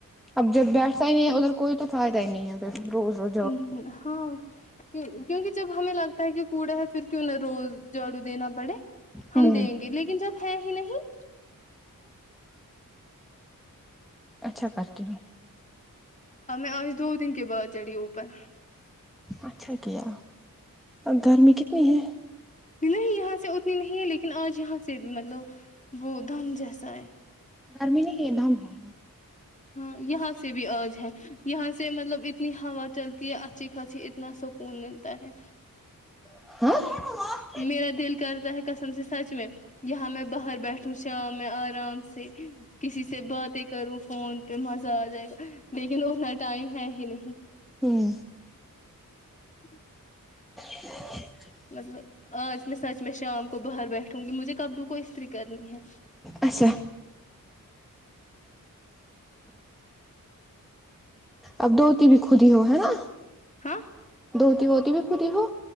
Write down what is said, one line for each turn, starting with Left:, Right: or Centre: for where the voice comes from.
Centre: اب جب بیٹھتا ہی نہیں ہے ادھر کوئی تو فائد ہی نہیں ہے ادھر روز اور
Left: امم ہاں کیونکہ جب ہمیں لگتا ہے کہ کوڑا ہے پھر کیوں نہ روز جاڑو دینا پڑے ہم
Centre: ہوں
Left: دیں گے لیکن جب ہے ہی نہیں
Centre: اچھا کرتی ہوں
Left: ہم میں آج دو دن کے بعد چڑھی اوپر
Centre: اچھا کیا گرمی کتنی ہے
Left: نہیں یہاں سے اتنی نہیں ہے لیکن آج یہاں سے بھی مطلب وہ دم جیسا ہے
Centre: گرمی نہیں ہے دم ہے
Left: ہاں یہاں سے بھی آج ہے یہاں سے مطلب اتنی ہوا چلتی ہے اچھی پھسی اتنا سکون ملتا ہے
Centre: ہاں
Left: میرا دل کرتا ہے کسم سے سچ میں یہاں میں باہر بیٹھوں شام میں آرام سے کسی سے باتیں کروں فون پہ مزہ آ جائے گا لیکن اتنا ٹائم ہے ہی نہیں
Centre: ہوں
Left: <inaudible>
Centre: ج
Left: مطلب آج میں سچ میں شام کو باہر بیٹھوں گی مجھے کبلو کو استری کرنی ہے
Centre: اچھا اب دھتی بھی خود ہی ہو ہے نا
Left: ہاں
Centre: دھوتی بوتی بھی خودی ہو